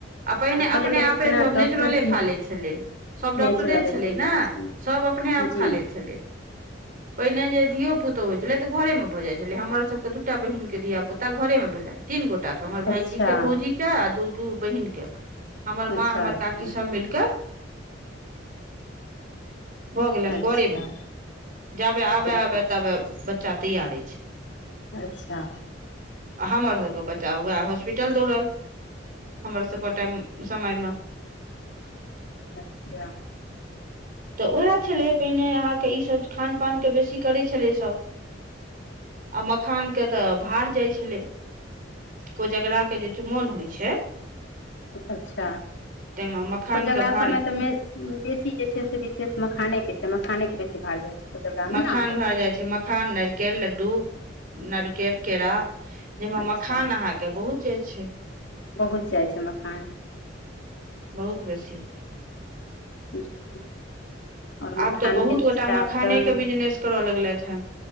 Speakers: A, on the right (about 50°); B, on the left (about 65°).
A: आ पहिने
B: पहिले
A: अपने
B: तऽ
A: आपे
B: बिना
A: सब
B: डॉक्टर
A: नेचुरले
B: के
A: खा लै छलै सब
B: नेचुरले
A: डॉक्टरे छलै
B: सही बात
A: ने
B: छै
A: सब अपने आप
B: जी
A: खा लै छलै पहिने जे धियो पुतो होइ छले तऽ घरे में भऽ जाइ छले हमर सब के दूटा बहिन के धिया पुता घरे में भेलेन तीन गोटा के हमर
B: अच्छा
A: भायजी के भौजी के आ दू दू बहिन के हमर
B: अच्छा
A: माँ हमर
B: अच्छा
A: काकी सब मिल के भऽ गेलेन
B: अच्छा
A: घरे मे जाबे आबे
B: ठीक
A: आबे तबे बच्चा तैयार ऐछ
B: अच्छा
A: आ हमरसभके बच्चा उएह हॉस्पिटल दौड़ल हमरसभके टाइम समयमे
B: अच्छा
A: तऽ उएह छलै पहिने अहाँके ईसभ खान पानके बेसी करै छलै सभ आ मखान के तऽ भार जाइ छलै कोजगरा के जे ु मोन होइ छै
B: अच्छा
A: ताहिमे मखानके
B: कोजगरा
A: भार
B: समय तऽ मे बेसी जे छै से विशेष मखाने के छै मखाने के बेसी भाड़ जाय छै कोजगरा
A: मखान
B: मे ने
A: भार जाइ छै मखान नारिकल लड्डू नारिकल केरा जाहिमे
B: अच्छा
A: मखान अहाँके बहुत जाइ छै
B: बहुत जाइ छै मखान
A: बहुत बेसी
B: <unintelligible> आओर मखान
A: आब तऽ बहुत
B: के
A: गोटा
B: आब
A: मखाने
B: तऽ
A: के बिजनेस करऽ लगलथि हे